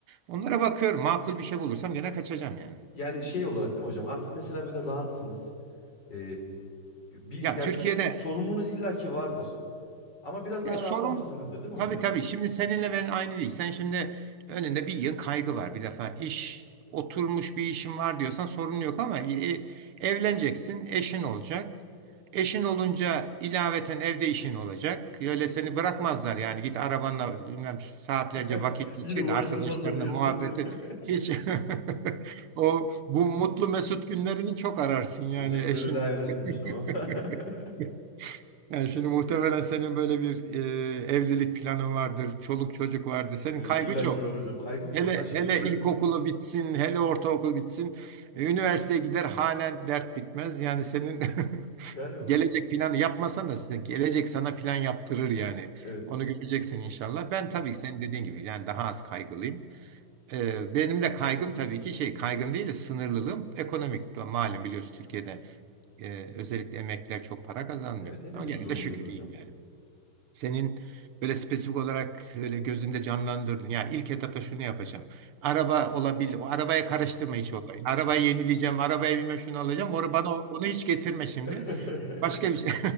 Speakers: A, on the right; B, on the left.
A: Onlara bakıyorum. Makul bir şey bulursam gene kaçacağım yani.
B: Yani şey olarak değil mi hocam? Artık mesela böyle rahatsınız. Ee, bir
A: Ya
B: yani
A: Türkiye'de
B: sorumluluğunuz illaki vardır. Ama biraz daha
A: Ya sorun
B: rahatlamışsınızdır değil mi hocam?
A: tabii tabii şimdi seninle ben aynı değil. Sen şimdi önünde bir yığın kaygı var bir defa. İş oturmuş bir işin var diyorsan sorun yok ama e, evleneceksin, eşin olacak. Eşin olunca ilaveten evde işin olacak. Öyle seni bırakmazlar yani git arabanla bilmem saatlerce
B: <laughs>
A: vakit geçir
B: Yine uğraştırmazlar
A: de arkadaşlarınla
B: diyorsunuz
A: muhabbet
B: değil mi?
A: et.
B: <laughs>
A: Hiç <laughs> o bu mutlu mesut günlerini çok ararsın yani
B: Oysa ki
A: eşin.
B: ben öyle hayal etmemiştim ama.
A: <laughs>
B: <laughs>
A: Yani
B: Yani,
A: şimdi muhtemelen senin böyle bir e, evlilik planın vardır, çoluk çocuk vardır. Senin
B: evet
A: kaygı
B: illaki
A: çok.
B: var hocam. Kaygım çok
A: Hele
B: aşırı.
A: hele ilkokulu
B: <laughs>
A: bitsin, hele ortaokul bitsin, e, üniversiteye gider halen dert bitmez. Yani senin <laughs>
B: Yani
A: gelecek planı yapmasan da size gelecek sana plan yaptırır yani.
B: evet.
A: Onu göreceksin inşallah. Ben tabii ki senin dediğin gibi yani daha az kaygılıyım. E, benim de kaygım tabii ki şey kaygım değil de sınırlılığım ekonomik. Malum biliyorsun Türkiye'de e, özellikle emekliler çok para kazanmıyor.
B: Evet hepimizin
A: Ama gene
B: durumu
A: de şükür
B: belli hocam.
A: iyiyim yani. Senin böyle spesifik olarak öyle gözünde canlandırdın. Ya ilk etapta şunu yapacağım. Araba olabilir. O arabaya karıştırma hiç olayı. Arabayı yenileyeceğim. Arabaya bilmem şunu alacağım. Onu bana onu hiç getirme şimdi.
B: <laughs>
A: Başka bir şey.